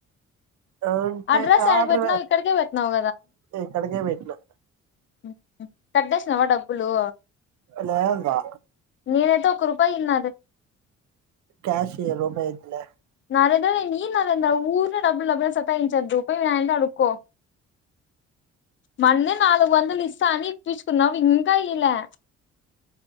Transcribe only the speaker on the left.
అడ్రస్ యాడికి
పెట్టినావు ఇక్కడికే పెట్టినావు
మ్ హు కట్టేసినవా డబ్బులు
నేనైతే ఒక్క రూపాయి ఇయన్ నాది
నరేంద్ర నే ఇయను నరేంద్ర ఊరికనే డబ్బులు డబ్బులు అని సతాయించొద్దు పోయ్ మీనాయన్ తోఅడుక్కో, మొన్నే నాలుగు వందలు ఇస్తా అని ఇప్పించుకున్నావ్ ఇంకా ఇయ్యలే.